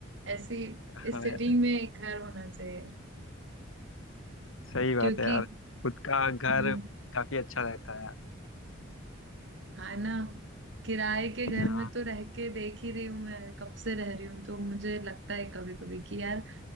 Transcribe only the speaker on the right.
ऐसी
इस सिटी
में एक घर होना चाहिए
क्योंकि
हम्म,
हाँ ना किराए के घर
में तो रह के देख ही रही हूँ मैं कब से रह रही हूँ तो मुझे लगता है कभी कभी कि यार